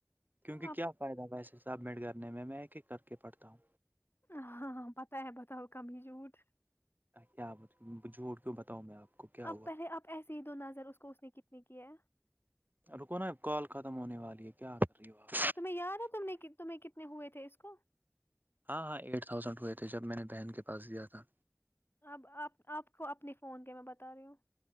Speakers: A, on the right; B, on the left.
A: کیونکہ
B: آپ
A: کیا فائدہ پیسے سبمٹ کرنے میں میں ایک ایک کر کے پڑھتا ہوں
B: ہاں ہاں پتا ہے بتاؤ کبھی جھوٹ
A: کیا جھوٹ کیوں بتاؤں میں آپ کو کیا
B: اب
A: ہوا
B: پہلے آپ ایسیے ہی دو نظر اس کو اس نے کتنی کی ہے
A: رکو نا کال ختم ہونے والی ہے کیا کر رہی ہو آپ
B: تمہیں یاد ہے ت تمہیں کتنے ہوئے تھے اس کو <unintelligible>
A: ہاں ہاں ایٹ تھاؤزینڈ ہوئے تھے جب میں نے بہن کے پاس دیا تھا
B: اب آپ آپ کو اپنے فون کے میں بتا رہی ہوں